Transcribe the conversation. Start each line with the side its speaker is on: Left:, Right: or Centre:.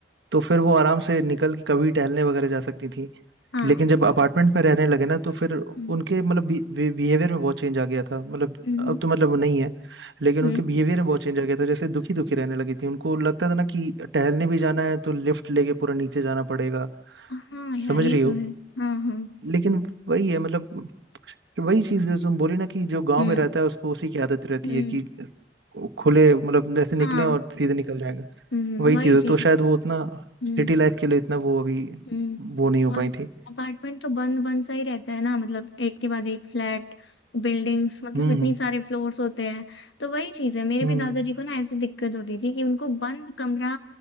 Right: तो फिर वो आराम से निकल के कभी टहलने वगैरह जा सकती थी
Left: हाँ
Right: लेकिन जब अपार्टमेंट में रहने लगे ना तो फिर उनके
Left: हम्म
Right: मतलब बिहेवियर में बहुत चेंज आ गया था मतलब
Left: हम्म
Right: अब तो मतलब वो नहीं है लेकिन
Left: हम्म,
Right: उनके बिहेवियर में बहुत चेंज आ गया था जैसे दुखी दुखी रहने लगी थी उनको लगता था ना कि टहलने भी जाना है तो लिफ्ट लेके पूरा नीचे जाना पड़ेगा
Left: हाँ यार
Right: समझ
Left: ये
Right: रही हो
Left: तो है हाँ हाँ
Right: लेकिन वही है मतलब वही चीज जो तुम बोली ना कि जो गांव
Left: हम्म
Right: में रहता है उसको उसी की आदत रहती
Left: हम्म
Right: है कि खुले मतलब जैसे
Left: हाँ
Right: निकलें और सीधे निकल जाएंगे
Left: हम्म
Right: वही
Left: वही
Right: चीज है तो
Left: चीज
Right: शायद वो उतना
Left: हम्म
Right: सिटी लाइफ के लिए इतना वो अभी
Left: हम्म
Right: वो नहीं हो पाई
Left: और
Right: थी
Left: अपार्टमेंट तो बंद बंद सा ही रहता है ना मतलब एक के बाद एक फ्लैट बिल्डिंग्स मतलब
Right: हम्म
Left: इतनी
Right: हम्म
Left: सारे फ्लोर्स होते हैं तो वही चीज है मेरे
Right: हम्म।
Left: भी दादाजी को ना ऐसी दिक्कत होती थी कि उनको बंद कमरा